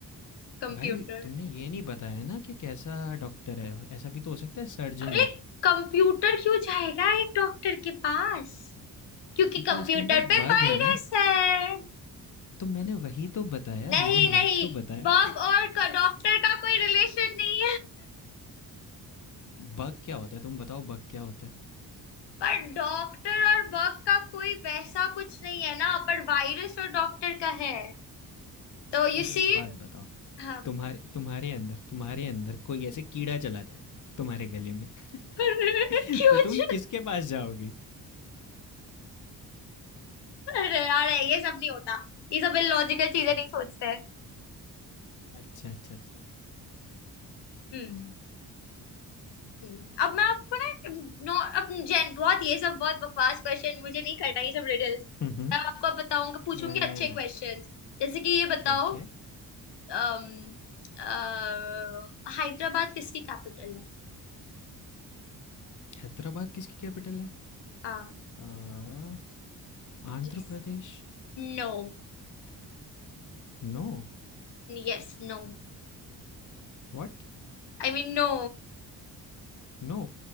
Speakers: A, on the left; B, on the left.
A: कंप्यूटर
B: भाई तुमने ये नहीं बताया ना कि कैसा डॉक्टर है ऐसा भी तो हो सकता है सर्जन
A: अरे
B: हो
A: कंप्यूटर क्यों जाएगा एक डॉक्टर के पास क्योंकि
B: क्योंकि
A: कंप्यूटर
B: उसके अंदर
A: पे
B: बग
A: वायरस
B: है ना
A: है
B: तो मैंने वही तो बताया
A: नहीं
B: मैंने वही
A: नहीं
B: तो बताया
A: बग और डॉक्टर का कोई रिलेशन नहीं
B: बग क्या होता है तुम बताओ बग क्या होता है
A: पर डॉक्टर और बग का कोई वैसा कुछ नहीं है ना पर वायरस और डॉक्टर का है तो यू
B: अच्छा
A: सी
B: एक बात बताओ
A: हाँ बताओ
B: तुम्हारे तुम्हारे अंदर तुम्हारे अंदर कोई ऐसे कीड़ा चला जाए तुम्हारे गले में <laughs>
A: <laughs> अरे, क्यों
B: तो तुम
A: जी?
B: किसके पास जाओगी
A: अरे यार ये सब नहीं होता ये सब इलॉजिकल चीजें
B: अ-
A: नहीं सोचते
B: अच्छा अच्छा अच्छा अच्छा
A: हम्म हम्म। अब मैं आपको ना नो अब जेन बहुत ये सब बहुत बकवास क्वेश्चन मुझे नहीं करना ये सब रिडल्स
B: हम्म
A: मैं आपको बताऊंगा पूछूंगी
B: आ,
A: अच्छे क्वेश्चंस जैसे कि ये बताओ
B: ओके
A: अम, अ, हैदराबाद किसकी कैपिटल है
B: हैदराबाद किसकी कैपिटल है
A: हाँ
B: आ, Andhra
A: Yes
B: Pradesh
A: No
B: No
A: Yes no
B: What
A: I mean no
B: No